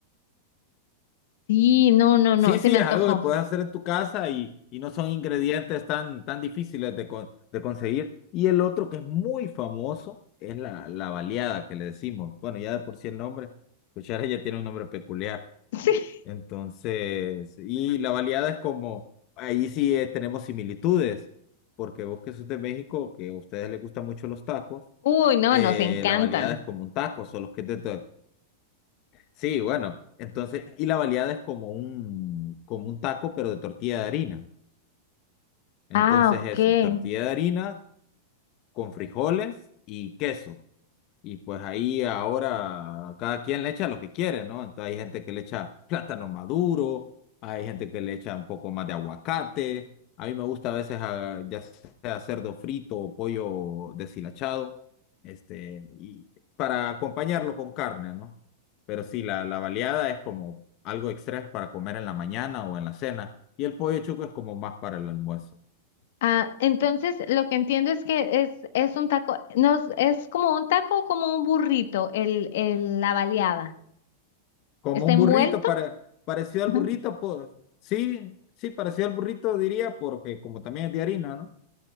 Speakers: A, on the left (about 65°); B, on the left (about 45°).
A: Sí, no, no,
B: Sí,
A: no. Se
B: sí,
A: me
B: es
A: antojó.
B: algo que puedes hacer en tu casa y, y no son ingredientes tan, tan difíciles de, con- de conseguir. Y el otro que es muy famoso es la, la baleada que le decimos. Bueno, ya de por sí el nombre, cuchara ya tiene un nombre peculiar.
A: <laughs> Sí.
B: Entonces, y la baleada es como, ahí sí eh, tenemos similitudes, porque vos que sos de México, que a ustedes les gustan mucho los tacos,
A: Uy, no,
B: eh,
A: nos encantan.
B: la baleada es como un taco, solo que es de, Sí, bueno, entonces, y la baleada es como un, como un taco, pero de tortilla de harina. Entonces,
A: Ah, ok.
B: eso, tortilla de harina con frijoles y queso. Y pues ahí ahora cada quien le echa lo que quiere, ¿no? Entonces hay gente que le echa plátano maduro, hay gente que le echa un poco más de aguacate. A mí me gusta a veces ah, ya sea cerdo frito o pollo deshilachado, este, y para acompañarlo con carne, ¿no? Pero sí, la, la baleada es como algo extra para comer en la mañana o en la cena, y el pollo chuco es como más para el almuerzo.
A: Ah, entonces lo que entiendo es que es, es un taco, no, es como un taco o como un burrito, el, el- la baleada.
B: Como
A: ¿Está
B: un
A: envuelto?
B: burrito, para, parecido al
A: Ujú.
B: burrito, pues sí, sí, parecido al burrito diría, porque como también es de harina, ¿no?